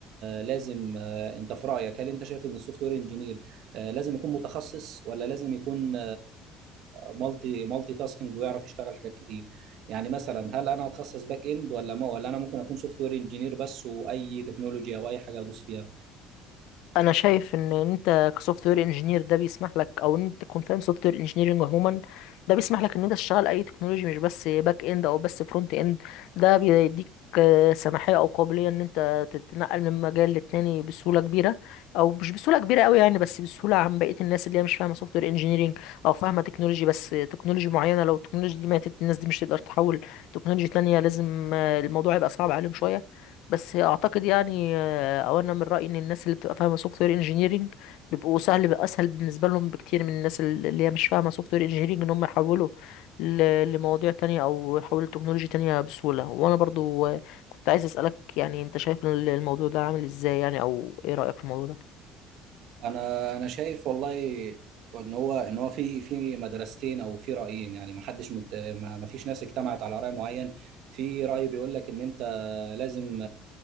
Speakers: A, on the right; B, on the left.
A: لازم آه، انت في رايك هل انت شايف ان السوفت وير انجينير آه، لازم يكون متخصص ولا لازم يكون مالتي مالتي تاسكينج ويعرف يشتغل حاجات كتير يعني مثلا هل انا هتخصص باك اند ولا ما ولا انا ممكن اكون سوفت وير انجينير بس واي تكنولوجيا او اي حاجه ادوس فيها
B: انا شايف ان انت كسوفت وير انجينير ده بيسمح لك او ان انت تكون فاهم سوفت وير انجينيرنج عموما ده بيسمح لك ان انت تشتغل اي تكنولوجي مش بس باك اند او بس فرونت اند ده بيديك آه، سماحيه او قابليه ان انت تتنقل من مجال للتاني بسهوله كبيره او مش بسهوله كبيره قوي يعني بس بسهوله عن بقيه الناس اللي هي مش فاهمه سوفت وير انجينيرنج او فاهمه تكنولوجي بس تكنولوجي معينه لو التكنولوجي دي ماتت الناس دي مش تقدر تحول تكنولوجي تانية لازم آه، الموضوع يبقى صعب عليهم شويه بس اعتقد يعني او انا من رايي ان الناس اللي بتبقى فاهمه سوفت وير انجينيرنج بيبقوا سهل بيبقى اسهل بالنسبه لهم بكتير من الناس اللي هي مش فاهمه سوفت وير انجينيرنج ان هم يحولوا ل- لمواضيع تانية او يحولوا لتكنولوجيا تانية بسهوله وانا برضو آه، كنت عايز اسالك يعني انت شايف ال- الموضوع ده عامل ازاي يعني او ايه رايك في الموضوع ده
A: انا انا شايف والله ان هو ان هو في في مدرستين او في رايين يعني ما حدش مت... ما ما فيش ناس اجتمعت على راي معين في راي بيقول لك ان انت لازم